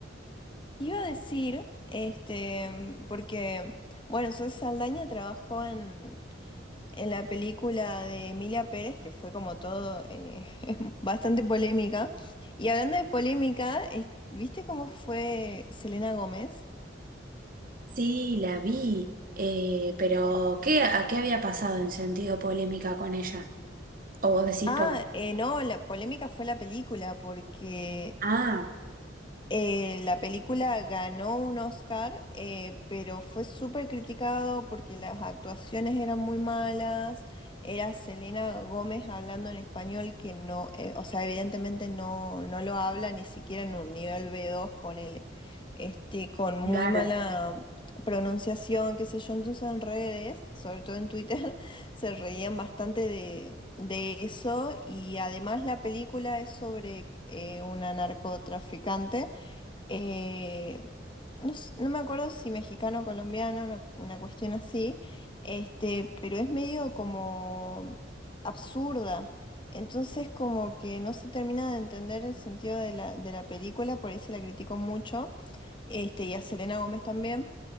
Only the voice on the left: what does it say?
Te Iba a decir, este, porque, bueno, Zoe Saldaña trabajó en, en la película de Emilia Pérez, que fue como todo eh, <laughs> bastante polémica. Y hablando de polémica, es- ¿viste cómo fue Selena Gómez?
Ah,
eh, no, la polémica fue la película, porque
Eh, la película ganó un Oscar, eh, pero fue súper criticado porque las actuaciones eran muy malas. Era Selena Gómez hablando en español que no, eh, o sea, evidentemente no, no lo habla ni siquiera en un nivel B2, ponele, este, con muy
mala pronunciación, qué sé yo. Entonces en redes, sobre todo en Twitter, <laughs> se reían bastante de, de eso y además la película es sobre eh, una narcotraficante eh, no, s- no me acuerdo si mexicano o colombiano, una, una cuestión así, este, pero es medio como absurda. Entonces como que no se termina de entender el sentido de la, de la película, por ahí se la criticó mucho, este, y a Selena Gómez también.